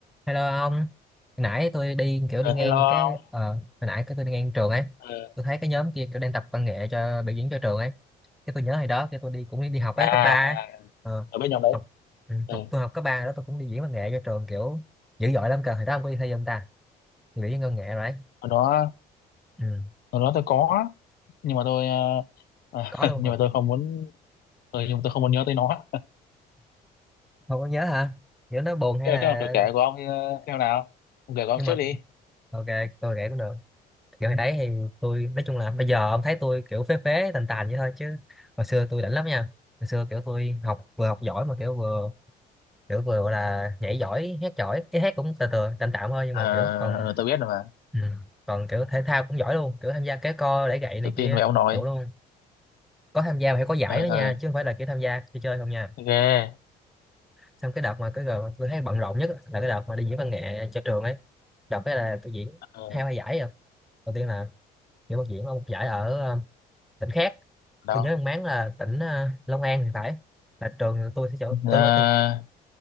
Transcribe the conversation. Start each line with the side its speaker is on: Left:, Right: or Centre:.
Centre: Hello ông, hồi nãy tôi đi kiểu
Left: Ờ,
Centre: đi ngang
Left: hello
Centre: cái
Left: ông
Centre: ờ, hồi nãy cái tôi đi ngang trường ấy,
Left: Ờ,
Centre: tôi thấy cái nhóm kia kiểu đang tập văn nghệ cho biểu diễn cho trường ấy, cái tôi nhớ hồi đó cái tôi đi cũng đi, đi học ấy
Left: à,
Centre: cấp ba, ấy.
Left: à
Centre: Ờ,
Left: ở bên nhóm đấy
Centre: học ừ,
Left: ừ.
Centre: học tôi học cấp ba đó tôi cũng đi diễn văn nghệ cho trường kiểu dữ dội lắm cơ, hồi đó ông có đi thi không ta? Biểu diễn văn nghệ rồi đấy,
Left: hồi đó
Centre: ừ,
Left: hồi đó tôi có nhưng mà tôi ờ,
Centre: có luôn
Left: <laughs> nhưng
Centre: hả?
Left: mà tôi không muốn ừ, nhưng mà tôi không muốn nhớ tới nó
Centre: Không có nhớ hả? Kiểu nó buồn hay
Left: thế
Centre: là
Left: thế là được kể của ông ờ, theo nào ông kể của ông
Centre: nhưng
Left: trước
Centre: mà
Left: đi
Centre: ok tôi kể cũng được. kiểu hồi đấy thì tôi nói chung là bây giờ ông thấy tôi kiểu phế phế tàn tàn vậy thôi chứ hồi xưa tôi đỉnh lắm nha hồi xưa kiểu tôi học vừa học giỏi mà kiểu vừa kiểu vừa gọi là nhảy giỏi hát giỏi cái hát cũng từ từ tạm tạm thôi nhưng
Left: Ờ,
Centre: mà kiểu còn
Left: ờ, tôi biết rồi mà
Centre: ừ, còn kiểu thể thao cũng giỏi luôn kiểu tham gia kéo co đẩy gậy này
Left: tự tin
Centre: kia
Left: về ông nội
Centre: đủ luôn có tham gia mà phải có giải
Left: ờ
Centre: đó nha
Left: ờ
Centre: chứ không phải là kiểu tham gia chơi chơi không nha
Left: ghê
Centre: xong cái đợt mà cái giờ tôi thấy bận rộn nhất là cái đợt mà đi diễn văn nghệ cho trường ấy đợt cái là tôi diễn
Left: ờ
Centre: hai ba giải rồi đầu tiên là diễn một diễn ở một giải ở ờ, tỉnh khác
Left: đâu
Centre: tôi nhớ ông Mán là tỉnh ờ, Long An thì phải là trường tôi sẽ chỗ
Left: à,
Centre: tôi ở từ